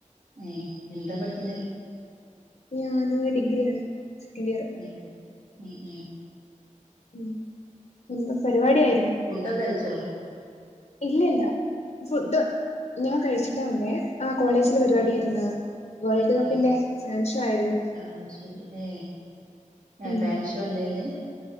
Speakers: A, on the right (about 75°); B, on the left (about 65°).
A: ഏ എന്താ പഠിക്കുന്ന
B: ഞാന് ഡിഗ്രിയാണ് സെക്കൻഡ് ഇയർ
A: ഓക്കെ ഉം ഉം
B: ഉം ഒന്ന് പരിപാടി ആയി
A: ഫുഡൊക്കെ കയിച്ചോ
B: ഇല്ലല്ല ഫുഡ് ഞാൻ കഴിച്ചിട്ടാ വന്നേ ആ കോളേജിൽ പരിപാടിയായിരുന്ന്
A: ഉം
B: വേൾഡ്
A: ഉം
B: കപ്പിന്റെ ഫാൻ ഷോ ആയിരുന്നു
A: അത് ശരി ഏഹ് ആഹ്
B: ഉം
A: ഫാൻഷോ ഇന്നേനി